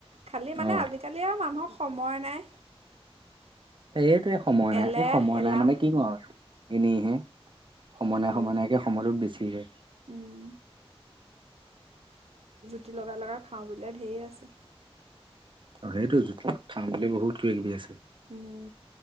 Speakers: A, on the right (about 85°); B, on the right (about 50°).
A: খালি মানে
B: অ
A: আজিকালি আৰু মানুহৰ সময়। নাই
B: এইটোৱে সময় নাই
A: এলেহ
B: এই সময়
A: এলাহ
B: নাই মানে কি কৰো আৰু এনেহে সময় নাই
A: উম
B: সময় নাইকে সময়ো বেছিহে
A: উম ৰুটি লগাই লগাই খাওঁ বুলে ধেৰী আছে।
B: অ সেইটোতো খাম বুলি বহুত কিবা কিবি আছে
A: উম